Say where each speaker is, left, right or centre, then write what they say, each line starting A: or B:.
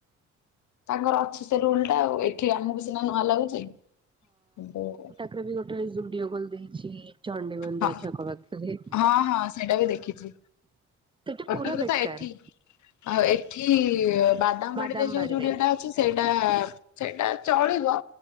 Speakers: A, on the left; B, on the right.
A: ତାଙ୍କର ଅଛି ସେ ରୁଲ୍ ଟା ଆଉ। ଏ ଏଠି ଆମକୁ
B: ଆ
A: ସିନା ନୂଆ ଲାଗୁଚି। <unintelligible>
B: ଫିର୍ ବି ଗୋଟେ ଜୁଡିଓ ଖୋଲି ଦେଇଛିଁ। ଚଣ୍ଡି ମନ୍ଦିର
A: ହଁ
B: ଛକ ପାଖରେ।
A: ହଁ ହଁ ସେଇଟା ବି ଦେଖିଛି
B: ସେଠି
A: କଟକରେ
B: ପୁରା ବେକାର।
A: ତ ଏଠି ଆଉ ଏଠି-ଇ ବାଦାମବାଡିରେ
B: ବାଦାମ
A: ଯୋଉ
B: ବାଡିରେ
A: ଯୁଡିଓ ଟା ଅ ଛି ସେଇଟା-ଆ ସେଇଟା ଚଳିବ,